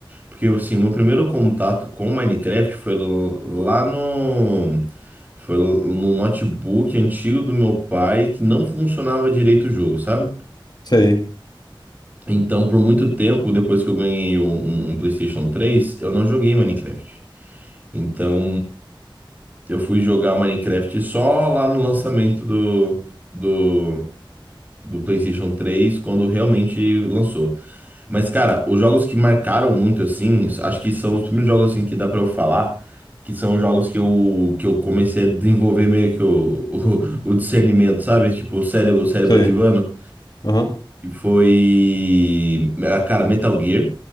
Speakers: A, on the right (about 20°); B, on the left (about 50°).
A: Porque, assim, o meu primeiro contato com Minecraft foi l- lá no... Foi l- no notebook antigo do meu pai que não funcionava direito o jogo, sabe?
B: Sei.
A: Então, por muito tempo, depois que eu ganhei um, um- um PlayStation três eu não joguei Minecraft. Então, eu fui jogar Minecraft só lá no lançamento do do do PlayStation 3 quando realmente lançou. Mas, cara, os jogos que marcaram muito, assim, acho que são os primeiros jogos assim, que dá pra eu falar, que são os jogos que eu, que eu comecei a desenvolver meio que o, <laughs> o, o discernimento, sabe? Tipo, o cérebro, o cérebro
B: Sei.
A: ativando.
B: Aham.
A: E foi. ah, Cara, Metal Gear,